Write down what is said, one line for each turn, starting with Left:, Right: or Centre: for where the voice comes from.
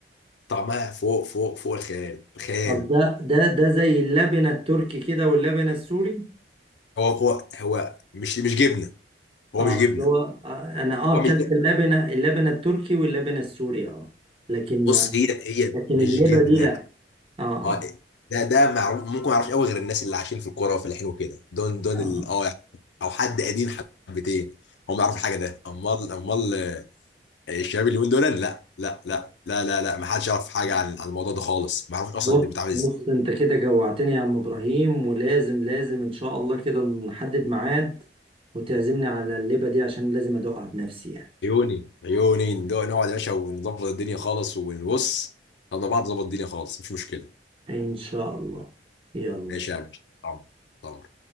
Left: وطعمها فوق فوق فوق الخيال خيال
Right: طب ده ده ده زي اللبنة التركي كده واللبنة السوري
Left: هو هو هو مش مش جبنه هو
Right: اه
Left: مش جبنه
Right: أصل هو آه انا اه
Left: هو
Right: اكلت
Left: مش لا،
Right: اللبنة اللبنة التركي واللبنة السوري اه لكن
Left: بص
Right: ما
Left: هي هي
Right: لكن
Left: مش
Right: اللبة
Left: جبنه
Right: دي لا اه اه
Left: هو ده ده معروف ممكن ما يعرفش قوي غير الناس اللي عايشين في الكوره وفلاحين وكده دول دول
Right: اه
Left: ال- اه يعني او حد قديم حبتين هم ما يعرفوا حاجه ده امال امال الشباب اللي من دول لا لا لا لا لا لا ما حدش يعرف حاجه عن عن الموضوع ده خالص ما يعرفش اصلا
Right: بص
Left: ده بيتعمل ازاي
Right: بص انت كده جوعتني يا عم ابراهيم ولازم لازم ان شاء الله كده نحدد ميعاد وتعزمني على اللبة دي عشان لازم ادوقها بنفسي يعني
Left: عيوني عيوني نقعد نقعد يا باشا ونظبط الدنيا خالص ونبص نقعد مع بعض نظبط الدنيا خالص مش مشكله
Right: ان شاء الله يلا
Left: ماشي يا باشا طبعا طبعا